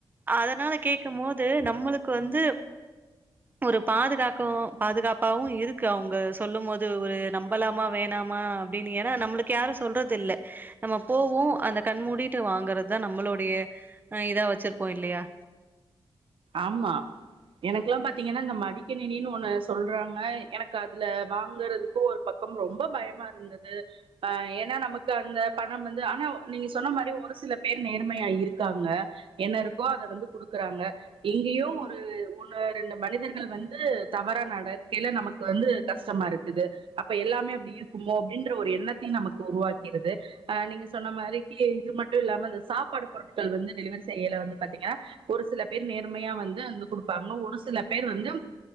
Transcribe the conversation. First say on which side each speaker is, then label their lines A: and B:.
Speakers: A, on the right (about 20°); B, on the right (about 85°).
A: அதனால கேக்க மோது நம்மளுக்கு வந்து ஒரு பாதுகாக் கும் பாதுகாப்பாவு இருக் க அவுங்க சொல்லும் மோது ஒரு நம்பலாமா வேணாமா டே நீ ஏன்னா நம்மளுக்கு யாரு சொல்றது இல்ல நம்ம போவு அந்த கண் மூடிட்டு வாங்குறதா நம்மளுடைய ஆ இத வச் வச்சிருப்போ இல்லையா
B: ஆமா எனக்குல்லா பாத்தீங்கன்னா இந்த மடிக்கணினின்னு ஒண்ணு சொல்றாங்க எனக்கு அதுல வாங்கறதுக்கு ஒரு பக்கம் ரொம்ப பயமா இருந்தது ஆ ஏன்னா நமக்கு அந்த பணம் வந்து ஆனா நீங்க சொன்ன மாரி ஒரு சில பேர் நேர்மையா இருக்காங்க என்ன இருக்கோ அத வந்து குடுக்கறாங்க எங்கேயோ ஒரு ஒன்னு ரெண்டு மனிதர்கள் வந்து தவறா நடக்கைல நமக்கு வந்து கஷ்டமா இருக்குது அப்ப எல்லாமே அப்டி இருக்குமோ அப்படின்ற ஒரு எண்ணத்தையும் நமக்கு உருவாக்கிறது ஆ நீங்க சொன்ன மாரிக்கு இது மட்டும் இல்லாம அந்த சாப்பாடு பொருட்கள் வந்து டெலிவரி செய்யல வந்து பாத்தீங்கன்னா ஒரு சில பேர் நேர்மையா வந்து வந்து கொடுப்பாங்க ஒரு சில பேர் வந்து